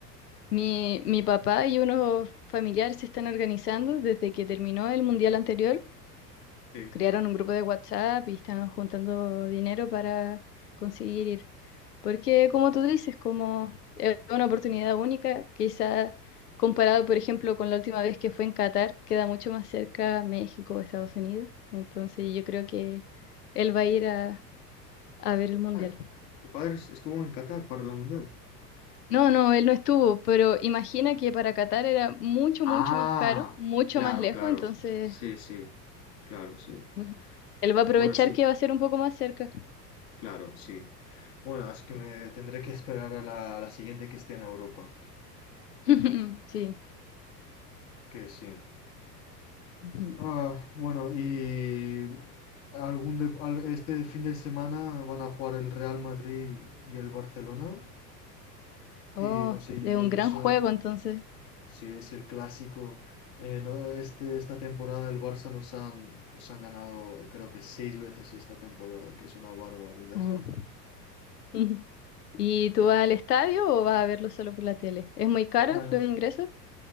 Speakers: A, on the left; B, on the left.
A: Mi, mi papá y unos familiares se están organizando desde que terminó el mundial anterior.
B: Sí.
A: Crearon un grupo de WhatsApp y están juntando dinero para conseguir ir. Porque como tú dices, como es una oportunidad única, quizá comparado, por ejemplo, con la última vez que fue en Qatar, queda mucho más cerca México o Estados Unidos. Entonces yo creo que él va a ir a, a ver el Mundial.
B: Ah, tu padre es- estuvo en Qatar para la Mundial.
A: No, no, él no estuvo, pero imagina que para Qatar era mucho,
B: Ah,
A: mucho más caro, mucho
B: claro,
A: más lejos,
B: claro.
A: entonces
B: Sí, sí. Claro, sí.
A: ujú, él va a aprovechar
B: Bueno, sí,
A: que va a ser un poco más cerca.
B: claro, sí. Bueno, así que me tendré que esperar a la, a la siguiente que esté en Europa.
A: <laughs> Sí.
B: Que sí.
A: ujú.
B: Ah, bueno, y algún de- al- este fin de semana van a jugar el Real Madrid y el Barcelona.
A: Oh,
B: Y no sé,
A: es
B: yo,
A: un
B: yo
A: gran
B: soy,
A: juego entonces.
B: si es el clásico. Eh, no, este, esta temporada el Barça nos han, nos han ganado, eh, creo que seis veces esta temporada, que es una barbaridad.
A: Uh.
B: <laughs>
A: Ujú. ¿Y tú vas al estadio o vas a verlo solo por la tele? ¿Es muy caro
B: Bueno,
A: los ingresos?